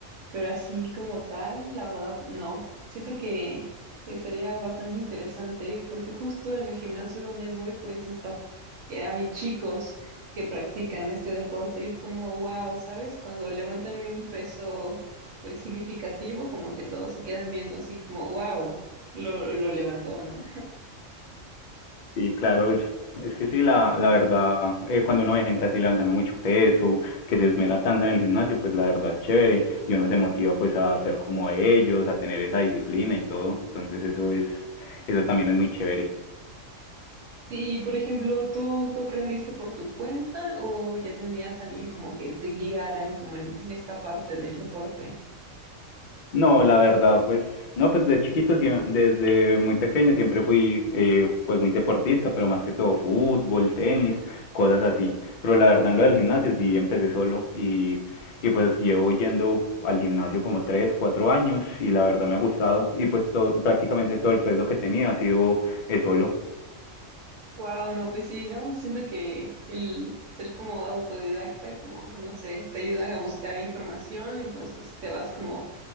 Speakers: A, on the right; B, on the left.
A: pero así como tal, la verdad, no. Siento que, que sería bastante interesante porque justo en el gimnasio donde voy, pues está, que hay chicos que practican este deporte y es como, wow, ¿sabes? Cuando levantan un peso, pues significativo, como que todos se quedan viendo así como, wow, lo, lo levantó, ¿no?
B: Sí, claro, es, es que sí, la, la verdad, eh, cuando uno ve gente así levantando mucho peso, que se esmera tanto en el gimnasio, pues la verdad es chévere y uno se motiva pues a ser como ellos, a tener esa disciplina y todo, entonces eso es, eso también es muy chévere.
A: Y por ejemplo, ¿tú, tú aprendiste por tu cuenta o ya tenías a alguien como que te guiara en- como en esta parte del deporte?
B: No, la verdad, pues, no, pues de chiquito, sie- desde muy pequeño siempre fui, eh, pues muy deportista, pero más que todo fútbol, tenis, cosas así. Pero la verdad, en lo del gimnasio sí empecé solo y, y pues llevo yendo al gimnasio como tres, cuatro años y la verdad me ha gustado y pues todo, prácticamente todo el proyecto que tenía ha sido eh, solo.
A: Wow, no, pues sí, ¿no? Siento que el ser como autodidacta, como, no sé, te ayuda a buscar información, entonces te vas como,